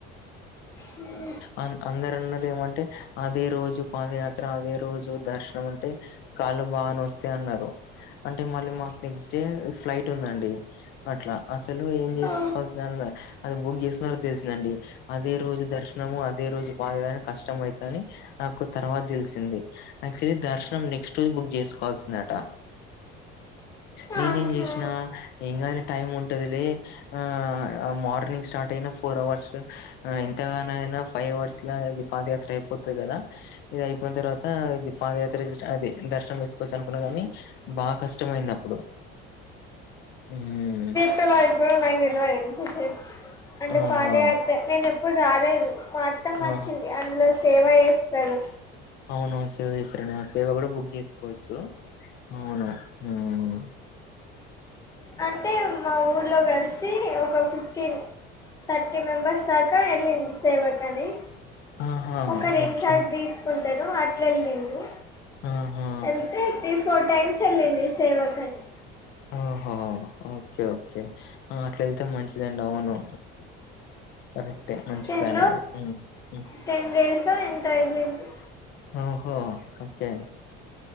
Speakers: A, on the left; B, on the left.
A: అ
B: ఆ అందరన్నరు ఏమంటే అదే రోజు పాదయాత్ర అదే రోజు దర్శనం అంటే కాళ్ళు బాగా నొస్తాయి అన్నారు. అంటే మళ్ళీ మాకు నెక్స్ట్ డే ఫ్లైట్ ఉందండి అట్లా అసలు ఏం చేసుకోవాల్సిన
A: ఓ
B: అది బుక్ చేస్తున్నారో తెలిసిందండి. అదే రోజు దర్శనము అదే రోజు పాదయాత్ర కష్టం అవుతదని నాకు తర్వాత తెలిసింది యాక్చువలీ దర్శనం నెక్స్ట్ రోజు బుక్ చేసుకోవాల్సిందట. నేనేం
A: ఆహా
B: చేసినా ఏం కాదులే టైం ఉంట దిలే ఆ మార్నింగ్ స్టార్ట్ అయిన ఫోర్ అవర్స్ ఎంతగానయినా ఫైవ్ అవర్స్ లా ఇది పాదయాత్ర అయిపోతది కదా ఇది అయిపోయిన తర్వాత ఇది పాదయాత్ర అది దర్శనం వేసుకోవచ్చు అనుకున్న కానీ బాగా కష్టమైంది అప్పుడు ఉమ్
A: వ కూడా నాకు తెలువది అంటే
B: ఆహా
A: పాద <unintelligible> నేను ఎప్పుడు రాలేదు మా అత్తమ్మ
B: ఆ
A: వచ్చింది అందులో సేవ చేస్తాది
B: అవునవును సేవ చేస్తారండి ఆ సేవ కూడా బుక్ చేసుకో వచ్చు అవును ఆ
A: అంటే మా ఊర్లో కలిసి ఒక ఫిఫ్టీన్ థర్టీ మెంబెర్స్ దాకా వెళ్ళింది సేవకని
B: ఆహా
A: ఒక రెండు
B: ఓకే
A: సార్లు తీసు కుంటారు అట్ల వెళ్ళింది
B: ఆహా
A: వెళ్తే ఫోర్ టైమ్స్ వెళ్ళింది సేవ కి అని
B: ఆహో ఓకే ఓకే అట్లాళ్తే మంచిదండి అవును కరెక్టే మంచి
A: టెన్
B: ప్లానే అది ఉమ్.
A: టెన్ డేస్ ఎంతో వెళ్ళింది
B: ఆ ఓహో ఓకే